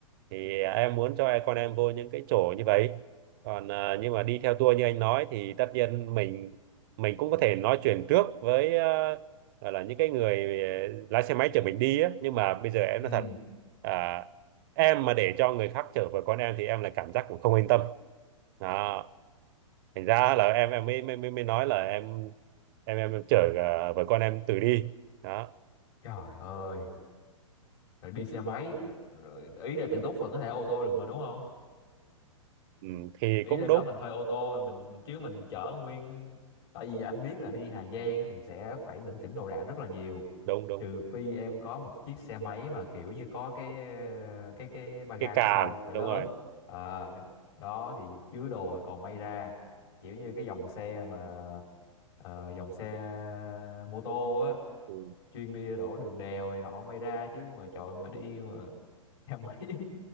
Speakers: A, on the right (about 40°); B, on the left (about 50°).
A: thì em muốn cho con em vô những cái chỗ như vậy còn à, nhưng mà đi theo tour như anh nói thì tất nhiên mình mình cũng có thể nói chuyện trước với à, gọi là những cái người ờ, lái xe máy chở mình đi á nhưng mà bây giờ em
B: ừ
A: nói thật à, em mà để cho người khác chở với con em thì em lại cảm giác cũng không yên tâm đó thành ra là em em mới mới mới mới nói là em em em, em chở à, vợ con em tự đi đó
B: trời ơi rồi đi xe máy rồi ý là tự túc vẫn có thể ô tô được mà đúng không
A: ừ, thì
B: ý
A: cũng
B: lên
A: đúng
B: đó mình thuê ô tô mình mình chứ mình chở nguyên tại vì anh biết là đi Hà Giang thì sẽ phải lỉnh kỉnh đồ đạc rất là nhiều
A: đúng đúng
B: trừ phi em có một chiếc xe máy mà kiểu như có cái cái cái ba ga
A: cái càng
B: phía sau phải
A: đúng
B: lớn
A: rồi
B: à, đó thì chứa đồ thì còn may ra kiểu như cái dòng xe mà ờ, dòng xe mô tô á
A: ừ.
B: chuyên đi đổ đường đèo này nọ may ra chứ mà trời mà đi mà <laughs> xe máy